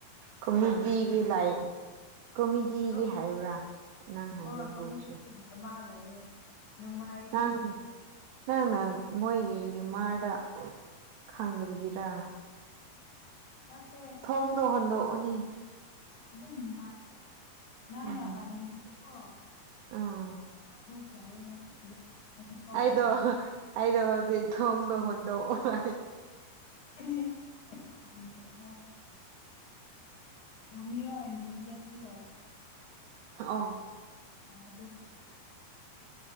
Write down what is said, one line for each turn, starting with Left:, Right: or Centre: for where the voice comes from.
Right: ꯀꯣꯃꯦꯗꯤꯒꯤ ꯂꯥꯏ꯭ꯛ ꯀꯣꯃꯦꯗꯤꯒꯤ
Left: ꯔꯣ
Right: ꯍꯥꯏꯕ꯭ꯔꯥ ꯅꯪ ꯍꯥꯏꯕ
Left: ꯍꯣꯏ ꯀꯣꯃꯦꯗꯤꯒꯤ
Right: ꯕꯣꯛꯁ
Left: ꯑꯃ ꯂꯩꯌꯦ ꯅꯨꯡꯉꯥꯏꯇꯦ
Right: ꯅꯪ ꯅꯪꯅ ꯅꯣꯏꯒꯤ ꯍ꯭ꯌꯨꯃꯥꯔꯗ ꯈꯪꯗꯕꯒꯤꯔ
Left: ꯅꯠꯇꯦ
Right: ꯊꯣꯡꯗ ꯍꯟꯗꯣꯛꯑꯅꯤ
Left: ꯑꯗꯨꯝ ꯅꯨꯡꯉꯥꯏ ꯅꯪꯅ
Right: ꯎꯝ
Left: ꯄꯥꯅꯤꯡꯕꯗꯤꯀꯣ
Right: ꯎꯝ
Left: ꯭ꯔꯨꯨꯞ ꯂꯑꯦ ꯑꯗꯨꯟ
Right: ꯑꯩꯗꯣ ꯑꯩꯗꯣ ꯍꯧꯖꯤꯛ ꯊꯣꯡꯗ ꯍꯨꯟꯗꯣꯛꯑꯣ
Left: <unintelligible> ꯔꯣꯃꯤꯑꫭ ꯑꯦꯟ ꯖꯨꯂꯤꯌꯥꯠ ꯆ ꯂꯥꯏ
Right: ꯑꯣ
Left: ꯑꯗꯨ